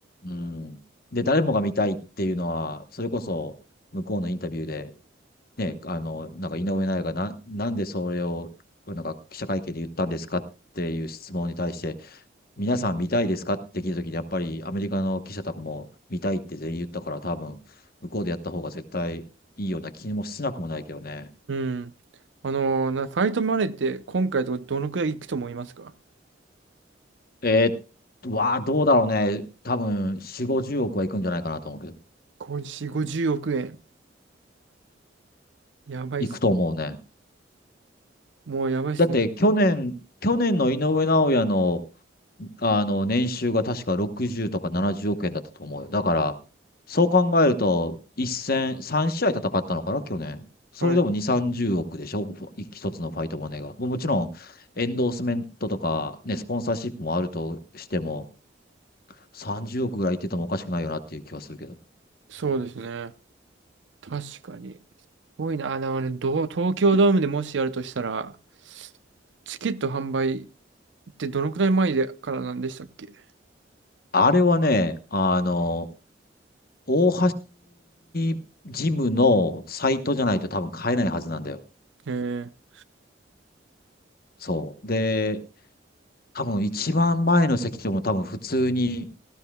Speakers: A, on the left; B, on the right.
A: うん。で、誰もが見たいっていうのは、それこそ向こうのインタビューで、ね、あの、なんか井上尚弥がな、なんでそれを、なんか記者会見で言ったんですかっていう質問に対して、皆さん見たいですかって聞いたときに、やっぱりアメリカの記者たちも見たいって全員言ったから、多分、向こうでやった方が絶対いいような気もしなくもないけどね。
B: うん。あのーなファイトマネーって今回とどのくらいいくと思いますか
A: えー、わあ、どうだろうね。多分、4、50億はいくんじゃないかなと思うけど、
B: 50、50億円。やばいっす。
A: いくと思うね。
B: もうやばいっすね。
A: だって、去年、去年の井上尚弥のあの、年収が確か60とか70億円だったと思うよ。だから、そう考えると、一戦、3試合戦ったのかな、去年。それでも2、
B: はい。
A: 30億でしょ、一つのファイトマネーが。もうもちろん、エンドースメントとか、ね、スポンサーシップもあるとしても、30億ぐらいいっててもおかしくないよなっていう気はするけど。
B: そうですね。確かに。すごいな。あのね、どう、東京ドームでもしやるとしたら、チケット販売ってどのくらい前でからなんでしたっけ
A: あれはね、あの、大橋ジムのサイトじゃないと多分買えないはずなんだよ。
B: えー、
A: そう。で、多分一番前の席でも多分普通に